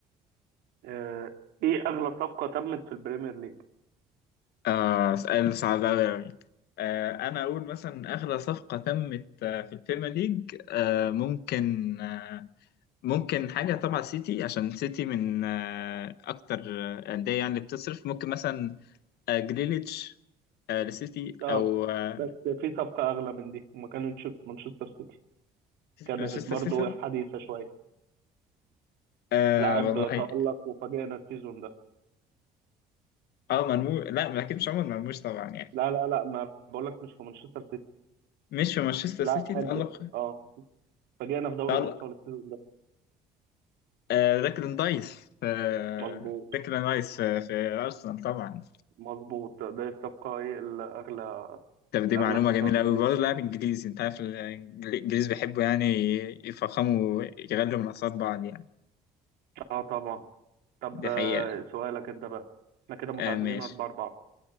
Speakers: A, on the right; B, on the left.
A: آه، ايه اغلى صفقة تمت في البريمير ليج
B: آه اسال صعب قوي يعني آه انا اقول مثلا اغلى صفقه تمت آه، في البريمير ليج آه ممكن آه ممكن حاجه طبعا سيتي عشان سيتي من آه اكتر آه، انديه يعني اللي بتصرف ممكن مثلا آه جريليتش آه لسيتي
A: لا
B: او آه،
A: بس في صفقة اغلى من دي وما كانتش في مانشستر سيتي كانت
B: مانشستر
A: برضو
B: سيتي
A: حديثة شوية
B: آه
A: لاعب
B: والله
A: تألق وفاجئنا السيزون ده
B: اه مرموش لا ما اكيد مش عمر مرموش طبعا يعني
A: لا لا لا ما بقولك مش في مانشستر سيتي
B: مش في مانشستر
A: لاعب
B: سيتي تألق
A: اه فاجئنا في دوري
B: تألق
A: الابطال السيزون ده
B: آه ديكلان رايس آه
A: مظبوط
B: ديكلان رايس في, في ارسنال طبعا
A: مظبوط ده الصفقة ايه الاغلى
B: طب دي
A: الاغلى
B: معلومه
A: في الدوري
B: جميله
A: الانجليزي
B: قوي برضه لاعب انجليزي انت عارف الانجليز بيحبوا يعني يفخموا يغلوا من اصابع بعض يعني
A: اه طبعا طب
B: دي
A: آه،
B: حقيقه
A: سؤالك انت بقى احنا كده متعادلين
B: آه ماشي
A: 4 4